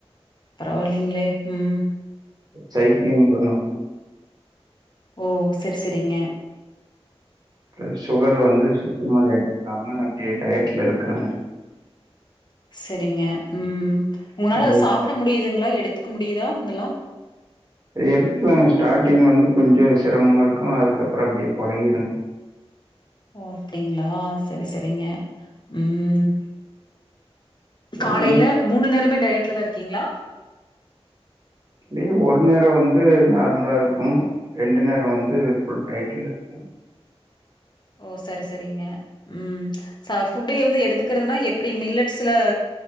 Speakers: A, on the left (about 45°); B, on the right (about 40°).
A: பரவாயில்லிங்ளே ம்
B: சைக்ளிங் பண்ணு
A: ஓ செரி செரிங்க
B: இப்ப சஷுகர் வந்து சுத்தமா எடுத்துக்காம அப்டியே டயட்ல இருக்கறங்க
A: செரிங்க ம் உங்னால
B: அது
A: அத சாப்ட முடியுதுங்ளா எடுத் த்துக்க முடியுதா இதுல்லா
B: எடுத்துக்குலாங்க ஸ்டார்ட்டிங் வந்து கொஞ்ச சிரமமாருக்கு அதுக்கப்ற அப்டியே பழகிருங்க
A: ஓ அப்டிங்ளா சரி சரிங்க ம்
B: எல்லாமே
A: காலைல மூணு நேரமே டயட்லதா இருக்கிங்ளா
B: இல்லயே ஒரு நேரொ வந்து நார்மலாருக்கு ரெண்டு நேரொ வந்து ஃபுல் டயட்லருக்கு
A: ஓ சரி சரிங்க ம் ச ஃபுட்டு வந்து எடுத்துக்றதுனா எப்டி மில்லட்ஸ்ல